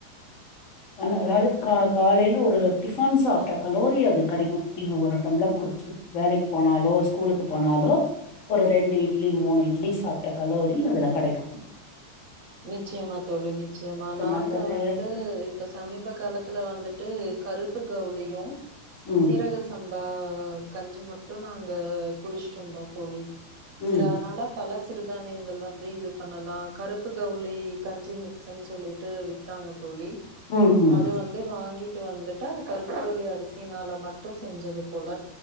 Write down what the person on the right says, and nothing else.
நிச்சியமா தோழி நிச்சியமா நாங்க
வந்து இப்ப சமீப காலத்துல வந்துட்டு கருப் ப்பு கவுலியு
சீரக சம் பா கஞ்சி மட்டு நாங்க குடிஷ்ட்டுந்தோ தோழி
சரதனால பல சிறுதானியங்கள் வந்து இது பண்ணலா கருப் ப்பு கவுலி கஞ்சி மிக்ஸுன் சொல்லீட்டு வித்தாங்க தோழி
அது வந்து வாங்கிட் ட்டு வந்துட்டது கருப்புகவுலி அரிசியினால மட்டு செஞ்சது போல